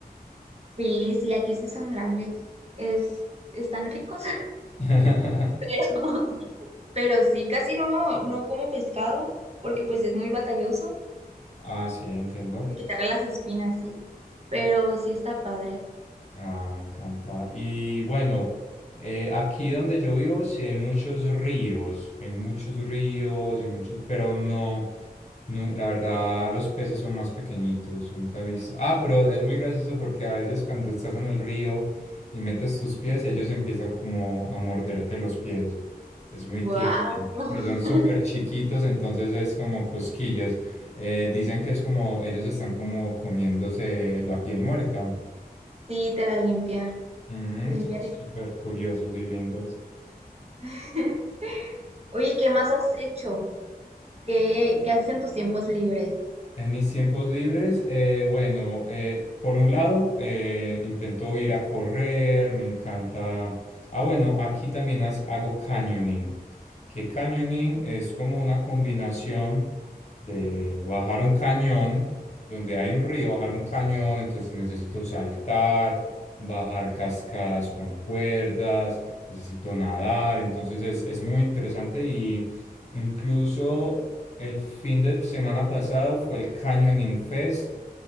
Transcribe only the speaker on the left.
<laughs>
Ah, sí, entiendo.
Ah, me encanta. Y bueno, eh, aquí donde yo vivo sí hay muchos ríos, hay muchos ríos y muchos, pero no, no, la verdad los peces son más pequeñitos, nunca he visto. Ah, pero es muy gracioso porque a veces cuando estás en el río y metes tus pies, ellos empiezan como a morderte los pies. Es muy
tierno,
pero son súper chiquitos, entonces es como cosquillas. Eh, dicen que es como ellos están como comiéndose la piel muerta.
Ujú,
son súper curiosos y lindos.
En mis tiempos libres, eh, bueno, eh, por un lado, eh, intento ir a correr, me encanta. Ah, bueno, aquí también haz- hago canyoning, que canyoning es como una combinación de bajar un cañón, donde hay un río, bajar un cañón, entonces necesito saltar, bajar cascadas con cuerdas, necesito nadar, entonces es, es muy interesante y incluso... El fin de semana pasado fue el Canyoning Fest,